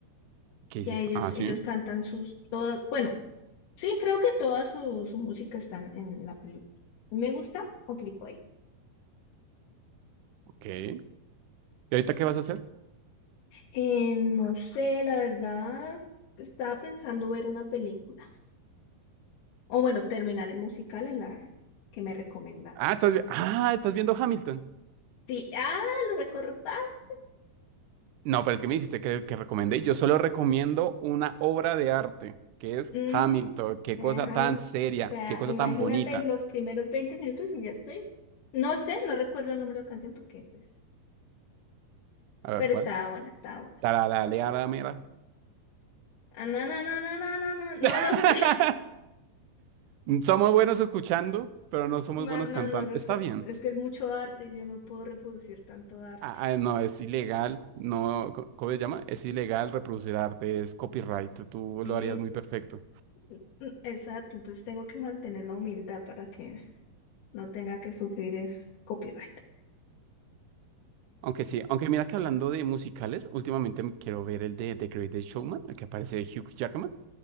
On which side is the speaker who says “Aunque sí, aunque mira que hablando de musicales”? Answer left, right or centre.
Right